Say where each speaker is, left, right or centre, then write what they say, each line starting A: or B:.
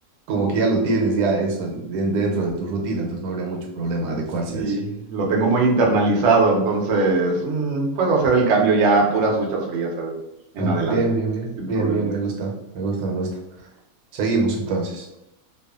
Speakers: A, on the right; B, on the right.
A: como que ya lo tienes ya eso en- en- dentro de tu rutina, entonces no habría mucho problema adecuarse
B: y
A: a eso.
B: lo tengo muy internalizado, entonces mm, puedo hacer el cambio ya a puras duchas frías eh, en
A: Ah,
B: adelante,
A: bien, bien, bien,
B: sin
A: bien,
B: problema.
A: bien, me gusta, me gusta, me gusta. Seguimos entonces.